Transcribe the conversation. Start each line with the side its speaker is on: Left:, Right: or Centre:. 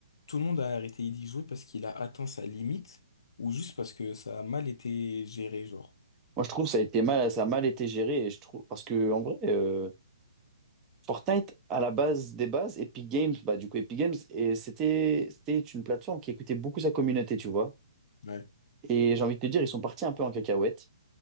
Left: tout le monde a arrêté d'y jouer parce qu'il a atteint sa limite ou juste parce que ça a mal été géré, genre?
Right: Moi, je trouve que ça a été mal, ça a mal été géré, et je trouve, parce que, en vrai, euh, Fortnite, à la base des bases, Epic Games, bah, du coup, Epic Games, et c'était, c'était une plateforme qui écoutait beaucoup sa communauté, tu vois.
Left: Ouais.
Right: Et j'ai envie de te dire, ils sont partis un peu en cacahuète.